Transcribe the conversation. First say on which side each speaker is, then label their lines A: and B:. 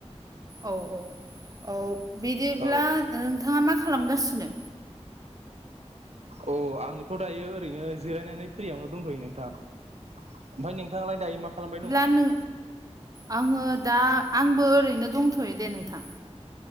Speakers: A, on the right; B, on the right.
A: औ औ औ बिदिब्ला
B: औ
A: नोंथाङा मा खालामगासिनो?
B: अ आङोथ' दायो ओरैनो जिरायनानै फ्रियावनो दंथ'यो नोंथां। ओमफ्राय नोंथाङालाय दायो मा खालामबाय दं?
A: आनो आङो दा आंबो ओरैनो दंथ'यो दे नोंथां।